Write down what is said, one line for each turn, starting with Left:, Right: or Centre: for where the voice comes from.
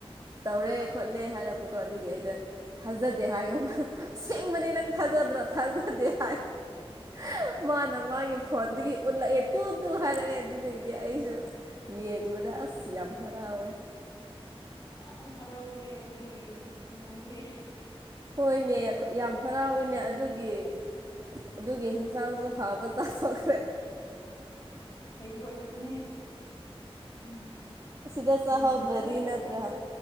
Right: ꯇꯧꯔꯦ ꯈꯣꯠꯂꯦ ꯍꯥꯏꯔꯕꯨ ꯀꯣ ꯑꯗꯨꯒꯤ ꯑꯩꯗ ꯊꯥꯖꯗꯦ ꯍꯥꯏ ꯑꯁꯦꯡꯕꯅꯦ ꯅꯪ ꯊꯥꯖꯗ꯭ꯔꯣ ꯊꯥꯖ <unintelligible> ꯃꯥꯅ ꯃꯥꯒꯤ ꯐꯣꯟꯗꯒꯤ ꯎꯠꯂꯛꯑꯦ ꯇꯨ ꯇꯨ ꯍꯥꯏꯔꯛꯑꯦ ꯑꯗꯨꯗꯒꯤꯗꯤ
Left: ꯎꯝ ꯎꯝ
Right: ꯑꯩꯁꯨ ꯌꯦꯡꯕꯗ ꯑꯁ ꯌꯥꯝ ꯍꯔꯥꯎꯋꯦ
Left: ꯌꯥꯝ ꯍꯔꯥꯎꯈ꯭ꯔꯦ ꯑꯩꯈꯣꯏꯒꯤ ꯏꯃꯨꯡꯁꯦ
Right: ꯍꯣꯏꯅꯦ ꯌꯥꯝ ꯍꯔꯥꯎꯋꯦꯅꯦ ꯑꯗꯨꯒꯤ ꯑꯗꯨꯒꯤ ꯌꯦꯟꯁꯥꯡꯁꯨ ꯍꯥꯎꯕ ꯆꯥꯊꯣꯛ
Left: ꯑꯩꯈꯣꯏꯁꯨꯅꯦ ꯎꯝ
Right: ꯑꯁꯤꯗ
Left: ꯄꯤꯅꯤꯡꯕ
Right: ꯆꯥꯍꯧꯗ꯭ꯔꯗꯤ
Left: ꯉꯛꯇ
Right: ꯅꯠꯇ꯭ꯔꯥ